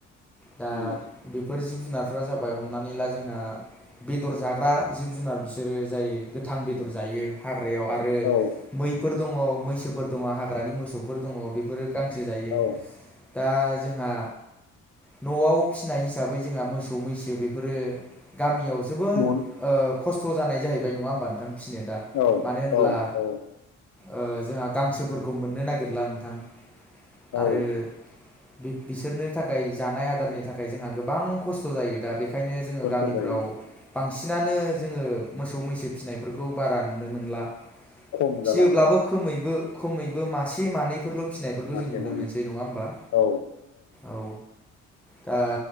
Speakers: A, in the centre; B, on the left (about 70°).
A: दा
B: उम
A: बेफोर जिब जुनार फोरा जाबाय हमनानै ला जोंहा बेदर जाग्रा जिब जुनार बिसोरो जायो गोथां बेदर जायो यो हाग्रायाव आरो
B: औ
A: मैफोर दङ' मैसोफोर दङ' हाग्रानि मोसौफोर दङ' बेफोरो गांसो जायो
B: औ
A: दा जोंहा न'आव फिसिनाय हिसाबै जोंहा मोसौ मैसो बेफोरो गामियाव जोबोद
B: न'
A: ओ खस्थ' जानाय जाहैबाय नङा होमबा नोंथां? फिसिनो दा
B: औ
A: मानो होनब्ला
B: औ औ
A: ओ जोंहा गांसोफोरखौ मोननो नागिरला नोंथां
B: औ
A: आरो बि बिसोरनो थाखाय जानाय आदारनि थाखाय जोंहा गोबां खस्थ' जायो दा बेख खायनो जोङो
B: खस्थ'
A: गामिफ्राव
B: जायो
A: बांसिनानो जोङो मोसौ मैसो फिसिनायफोरखौ बारा नुनो मोनला
B: खम जालांबाय
A: फियोब्लाबो खोमैबो खमैबो मासे मानैफोरल' फिसिनायफोरखौ
B: मासे
A: जों नुनो
B: मानै
A: मोनसै नङा होमबा
B: औ
A: औ दा